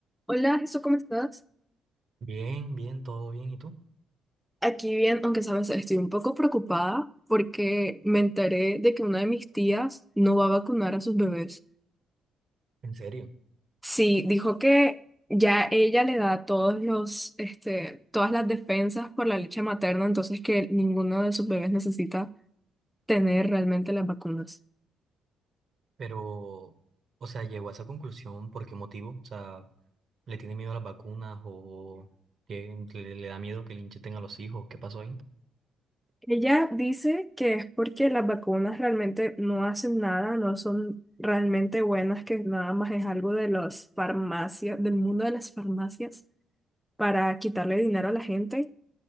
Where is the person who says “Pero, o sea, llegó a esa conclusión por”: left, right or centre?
Right